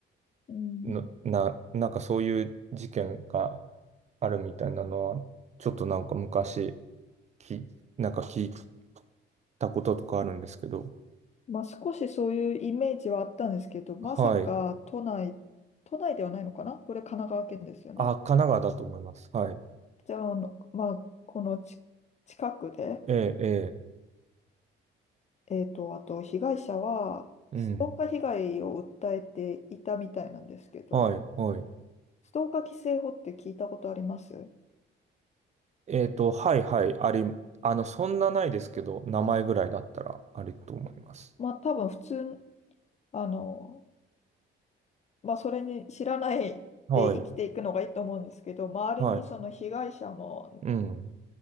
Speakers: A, on the left; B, on the right.
A: うん
B: のな、なんかそういう事件があるみたいなのは、ちょっとなんか昔、き、なんか聞いたこととかあるんですけど、
A: まあ、少しそういうイメージはあったんですけど、まさか都内、
B: はい。
A: 都内ではないのかなこれ神奈川県ですよね。
B: あ、神奈川だと思います。はい。
A: じゃあ、あのまあ、このち近くで、
B: ええ、え
A: えーと、あと被害者は、
B: え、
A: ストーカー被害を訴えていたみたいなんですけど、
B: うん。はい、はい。
A: ストーカー規制法って聞いたことあります
B: えっと、はい、はい、あり、あの、そんなないですけど、名前ぐらいだったらありと思います。
A: まあ、多分普通、あの、まあ、それに知らないで生きていくのがいいと思うんですけど、
B: はい、
A: 周りにその被害者も
B: はい、うん。